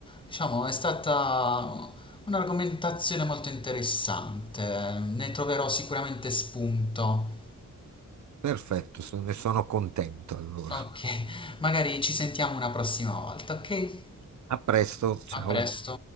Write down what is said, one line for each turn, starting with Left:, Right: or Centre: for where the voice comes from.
Left: diciamo, è stata un'argomentazione molto interessante, ne troverò sicuramente spunto.
Right: Perfetto, so- ne sono contento allora.
Left: Ok, magari ci sentiamo una prossima volta, ok?
Right: A presto, ciao.
Left: A presto.